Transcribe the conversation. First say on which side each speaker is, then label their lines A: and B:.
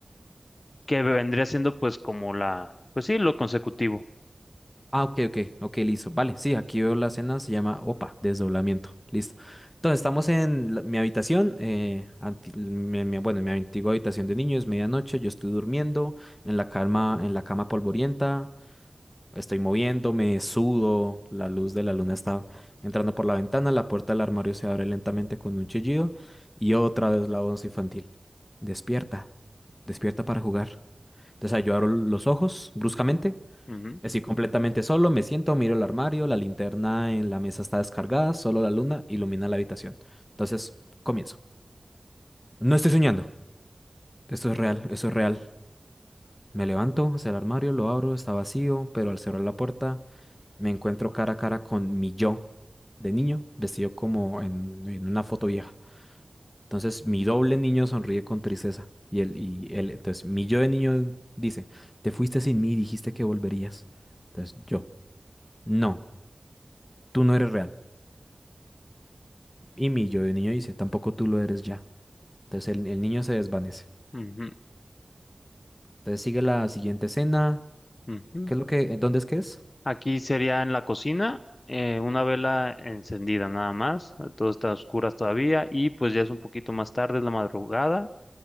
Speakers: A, on the left (about 55°); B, on the left (about 25°).
A: que vendría siendo pues como la, pues sí, lo consecutivo.
B: Ah, ok, ok, ok, listo. Vale, sí, aquí veo la escena, se llama OPA, desdoblamiento. Listo. Entonces, estamos en la- mi habitación, eh, anti- mi- mi- bueno, en mi antigua habitación de niños, medianoche, yo estoy durmiendo en la cama, en la cama polvorienta, estoy moviéndome, sudo, la luz de la luna está entrando por la ventana, la puerta del armario se abre lentamente con un chillido y otra vez la voz infantil. Despierta, despierta para jugar. Entonces, ahí yo abro los ojos bruscamente.
A: Ujú,
B: Estoy completamente solo, me siento, miro el armario, la linterna en la mesa está descargada, solo la luna ilumina la habitación. Entonces, comienzo. No estoy soñando, esto es real, esto es real. Me levanto hacia el armario, lo abro, está vacío, pero al cerrar la puerta me encuentro cara a cara con mi yo de niño, vestido como en, en una foto vieja. Entonces, mi doble niño sonríe con tristeza y él, y él, entonces, mi yo de niño dice, te fuiste sin mí, dijiste que volverías. Entonces, yo, no, tú no eres real. Y mi yo de niño dice, tampoco tú lo eres ya. Entonces el, el niño se desvanece.
A: ujú,
B: Entonces sigue la siguiente escena.
A: ujú.
B: ¿Qué es lo que, eh, dónde es que es?
A: Aquí sería en la cocina, eh, una vela encendida nada más, todo está a oscuras todavía y pues ya es un poquito más tarde, es la madrugada.